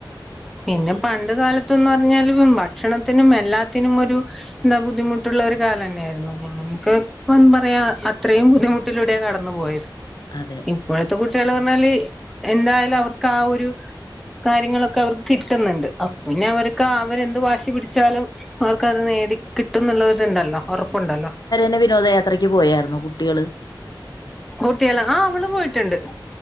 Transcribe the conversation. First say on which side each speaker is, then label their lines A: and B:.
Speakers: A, in the centre; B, on the left.
A: പിന്നെ പണ്ട് കാലത്ത് ന്ന് പർഞ്ഞാല് പ്പം ഭക്ഷണത്തിനും എല്ലാത്തിനും ഒരു എന്താ ബുദ്ധിമുട്ടുള്ള ഒരു കാലന്നായായിരുന്നു ഇങ്ങനെ <unintelligible> ഇപ്പം പറയാ അത്രയും ബുദ്ധിമുട്ടിലൂടെയാ കടന്നു പോയത്
B: അതെ
A: ഇപ്പോഴത്തെ കുട്ടികൾ പർഞ്ഞാല് എന്തായാലും അവർക്ക് ആ ഒരു കാര്യങ്ങളൊക്കെ അവർ കിട്ടുന്നുണ്ട്. അപ്പോ പിന്നെ അവർക്ക് ആഹ് അവരെന്ത് വാശി പിടിച്ചാലും അവർക്കത് നേടി കിട്ടുംന്നുള്ളത് ഇത്ണ്ടല്ലോ ഒറപ്പുണ്ടല്ലോ
B: ന്നെ വിനോദയാത്രക്ക് പോയായിരുന്നു കുട്ടികള്
A: കുട്ടിയേള് ആഹ് അവള് പോയിട്ട്ണ്ട്.